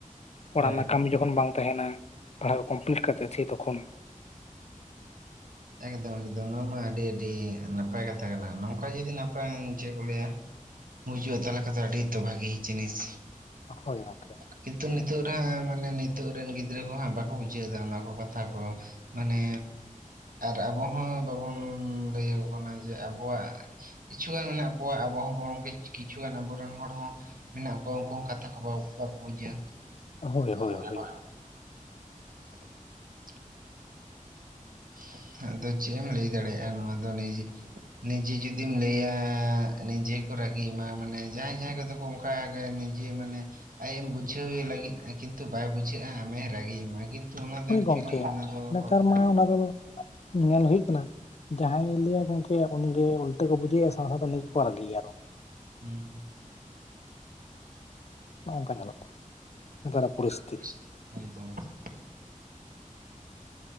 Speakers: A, on the left; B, on the right.
A: ᱚᱲᱟᱜ
B: ᱦᱳᱭ
A: ᱨᱮᱱᱟᱜ ᱠᱟᱹᱢᱤ ᱡᱚᱠᱷᱚᱱ ᱵᱟᱝ ᱛᱟᱦᱮᱱᱟ ᱯᱟᱲᱦᱟᱣ ᱠᱚᱢᱯᱞᱤᱤᱴ ᱠᱟᱛᱮ ᱥᱮ ᱛᱚᱠᱷᱚᱱ
B: ᱮᱠᱫᱚᱢ ᱮᱠᱫᱚᱢ ᱱᱚᱣᱟ ᱢᱟ ᱟᱹᱰᱤ ᱟᱹᱰᱤ ᱱᱟᱯᱟᱭ ᱠᱟᱛᱷᱟ ᱠᱟᱱᱟ, ᱱᱚᱝᱠᱟ ᱡᱩᱫᱤ ᱱᱟᱯᱟᱭ ᱪᱮᱫ ᱠᱚ ᱞᱟᱹᱭᱟ, ᱵᱩᱡᱩᱜᱼᱟ ᱛᱟᱦᱞᱮ ᱠᱷ ᱟᱹᱰᱤᱛᱚ ᱵᱷᱟᱹᱜᱤ ᱡᱤᱱᱤᱥ
A: ᱦᱳᱭ ᱜᱚᱝᱠᱮ
B: ᱠᱤᱱᱛᱩ ᱱᱤᱛᱚᱜ ᱦᱟᱜ ᱢᱟᱱᱮ ᱱᱤᱛᱚᱜ ᱨᱮᱱ ᱜᱤᱫᱽᱨᱟᱹ ᱠᱚᱦᱟᱸᱜ ᱵᱟᱠᱚ ᱵᱩᱡᱷᱟᱹᱣ ᱫᱟ ᱚᱱᱟ ᱠᱚ ᱠᱟᱛᱷᱟ ᱠᱚ᱾ ᱢᱟᱱᱮ ᱟᱨ ᱟᱵᱚ ᱦᱚᱸ ᱵᱟᱵᱚᱱ ᱞᱟᱹᱭᱟ ᱠᱚ ᱠᱟᱱᱟ ᱡᱮ ᱟᱵᱚᱣᱟᱜ ᱠᱤᱪᱷᱩᱜᱟᱱ ᱢᱮᱱᱟᱜ ᱠᱚᱣᱟ ᱟᱵᱚ ᱦᱚᱸ ᱠᱤᱪᱷᱟᱱ ᱟᱵᱚᱨᱮᱱ ᱦᱚᱲ ᱦᱚᱸ ᱢᱮᱱᱟᱜ ᱠᱚᱣᱟ ᱩᱱᱠᱩ ᱦᱚᱸ ᱠᱟᱛᱷᱟ ᱠᱚ ᱵᱟᱠᱚ ᱵᱩᱡᱟ᱾
A: ᱦᱚᱭ ᱦᱚᱭ
B: ᱦᱳᱭ
A: ᱦᱚᱭ᱾
B: ᱦᱳᱭ <unintelligible> <unintelligible> ᱟᱫᱚ ᱪᱮᱫ ᱮᱢ ᱞᱟᱹᱭ ᱫᱟᱲᱮᱭᱟᱜᱼᱟ? ᱱᱚᱣᱟ ᱫᱚ ᱱᱤᱡᱮ ᱱᱤᱡᱮ ᱡᱩᱫᱤᱢ ᱞᱟᱹᱭᱟ ᱱᱤᱡᱮ ᱠᱚ ᱨᱟᱹᱜᱤ ᱭᱟᱢᱟ ᱢᱟᱱᱮ ᱡᱟᱦᱟᱸᱭ ᱡᱟᱦᱟᱸᱭ ᱠᱚᱫᱚ ᱠᱚ ᱚᱱᱠᱟ ᱚᱱᱠᱟᱜᱮ ᱱᱤᱡᱮ ᱢᱟᱱᱮ ᱟᱢ ᱵᱩᱡᱷᱟᱹᱣ ᱞᱟᱹᱜᱤᱫ ᱠᱤᱱᱛᱩ ᱵᱟᱭ ᱵᱩᱡᱷᱟᱹᱜᱼᱟ ᱟᱢᱮ ᱨᱟᱹᱜᱤᱭᱟᱢᱟ ᱠᱤᱱᱛᱩ ᱚᱱᱟ ᱫᱚᱠᱪᱤ
A: ᱦᱳᱭ ᱜᱚᱝᱠᱮ
B: ᱚᱱᱟ ᱫᱚ
A: ᱱᱮᱛᱟᱨ
B: ᱦᱳᱭ
A: ᱢᱟ ᱚᱱᱟ ᱠᱚᱫᱚ ᱧᱮᱞ ᱦᱩᱭᱩᱜ ᱠᱟᱱᱟ ᱡᱟᱦᱟᱸᱭᱮ ᱞᱟᱹᱭᱟ ᱜᱚᱝᱠᱮ ᱩᱱᱤᱜᱮ ᱩᱞᱴᱟᱹ ᱠᱚ ᱵᱩᱡᱷᱟᱹᱭᱟ ᱥᱟᱶ ᱥᱟᱶᱛᱮ ᱩᱱᱤ ᱜᱮᱠᱚ ᱨᱟᱹᱜᱤᱭᱟᱠᱚ
B: ᱦᱩᱸ᱾
A: ᱱᱚᱜᱼ ᱱᱚᱝᱠᱟ ᱧᱮᱞᱚᱜ ᱠᱟᱱᱟ᱾ ᱱᱮᱛᱟᱨᱟᱜ ᱯᱚᱨᱤᱥᱛᱷᱤᱛᱤ
B: ᱦ <unintelligible>